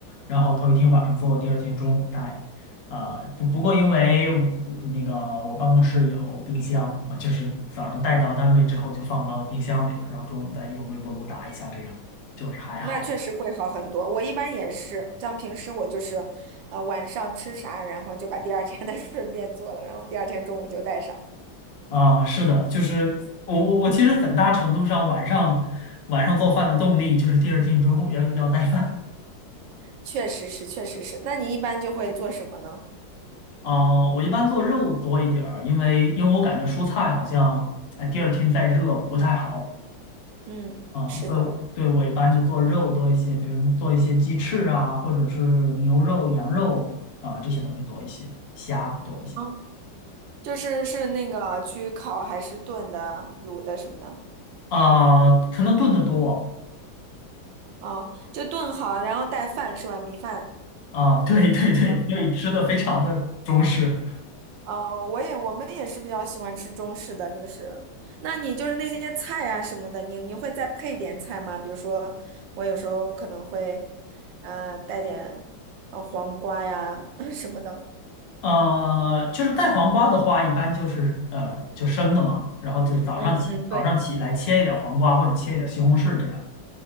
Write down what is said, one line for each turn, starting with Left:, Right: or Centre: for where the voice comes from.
Left: 然后头一天晚上做，第二天中午带。啊，不不过因为我我那个我办公室有冰箱，我就是早上带到单位之后就放到冰箱里了，然后中午再用微波炉打一下，这样就是还好。
Right: 那确实会好很多。我一般也是，像平时我就是，呃，晚上吃啥，然后就把第二天的 <laughs> 顺便做了，然后第二天中午就带上。
Left: 啊，是的，就是我我我其实很大程度上晚上晚上做饭的动力就是第二天中午要要带饭。
Right: 确实是，确实是。那你一般就会做什么呢？
Left: 啊，我一般做肉多一点儿，因为因为我感觉蔬菜好像哎第二天再热不太好
Right: 嗯，
Left: 啊，
Right: 是的，
Left: 所以我对我一般就做肉多一些，比如做一些鸡翅啊，或者是牛肉、羊肉啊这些东西多一些，虾多一些
Right: 嗯，就是是那个去烤还是炖的、卤的什么的。
Left: 啊，可能炖的多
Right: 哦，就炖好，然后带饭是吧？米饭。
Left: 啊，对对对，
Right: 然后
Left: 所以吃的非常的中式。
Right: 哦，我也我们也是比较喜欢吃中式的，就是，那你就是那些菜呀什么的，你你会再配点菜吗？比如说，我有时候可能会，呃，带点，呃，黄瓜呀 <laughs> 什么的。
Left: 呃，就是带黄瓜的话，一般就是呃就生的嘛，然后就是早上起早上起来切一点儿黄瓜或者切一点儿西红柿这样。
Right: 嗯嗯，对，